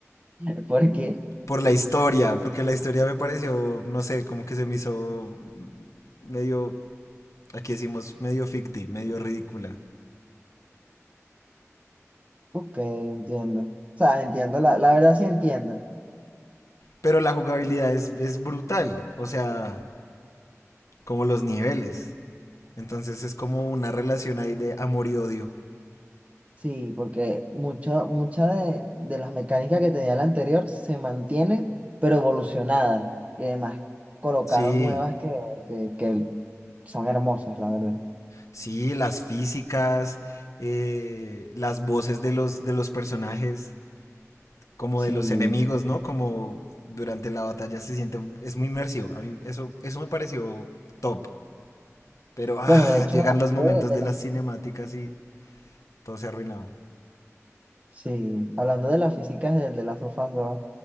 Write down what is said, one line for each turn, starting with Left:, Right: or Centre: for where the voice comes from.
Right: <laughs> Porque,
Left: Por la historia, porque la historia me pareció, no sé, como que se me hizo medio, aquí decimos, medio ficti, medio ridícula.
Right: ok, entiendo. O sea, entiendo, la, la verdad sí entiendo.
Left: Pero la jugabilidad es, es brutal, o sea, como los niveles. Entonces es como una relación ahí de amor y odio.
Right: Sí, porque mucho, mucha de, de las mecánicas que tenía la anterior se mantienen, pero evolucionadas. Y además colocaron
Left: Sí,
Right: nuevas que, que, que son hermosas, la verdad.
Left: sí, las físicas, eh, las voces de los, de los personajes. como
Right: Sí.
Left: de los enemigos, ¿no? Como durante la batalla se siente, es muy inmersivo. A mí eso, eso me pareció top. Pero ah,
Right: Bueno, de hecho,
Left: llegan
Right: hablando
Left: los momentos
Right: de,
Left: de
Right: de las
Left: las cinemáticas
Right: físicas,
Left: y todo se arruinaba.
Right: sí, hablando de las físicas de, de las sofás 2,